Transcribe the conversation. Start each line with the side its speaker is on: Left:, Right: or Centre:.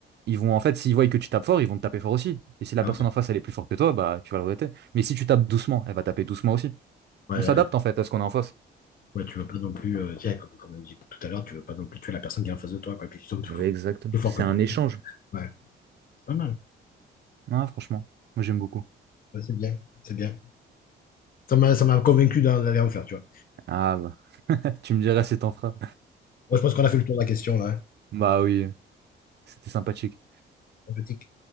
Right: ils vont en fait, s'ils voient que tu tapes fort, ils vont te taper fort aussi. Et si la
Left: Ah
Right: personne
Left: ouais,
Right: en face, elle est plus forte que toi, bah tu vas le regretter. Mais si tu tapes doucement, elle va taper doucement aussi.
Left: ouais,
Right: On s'adapte
Left: ouais.
Right: en fait à ce qu'on a en face.
Left: Ouais, tu veux pas non plus, euh, tiens, comme, comme on dit tout à l'heure, tu veux pas non plus tuer la personne qui est en face de toi, quoi. Et puis tu tombes plus,
Right: Ouais, Exactement.
Left: plus fort
Right: C'est
Left: que toi.
Right: un échange.
Left: Ouais, c'est pas mal.
Right: Ah, franchement, moi j'aime beaucoup.
Left: Ouais, c'est bien, c'est bien. Ça m'a, ça m'a convaincu d'en- d'aller en faire, tu vois.
Right: Ah bah, <laughs> tu me diras si t'en feras.
Left: Moi, je pense qu'on a fait le tour de la question, là. hein.
Right: Bah oui, c'était sympathique.
Left: Sympathique.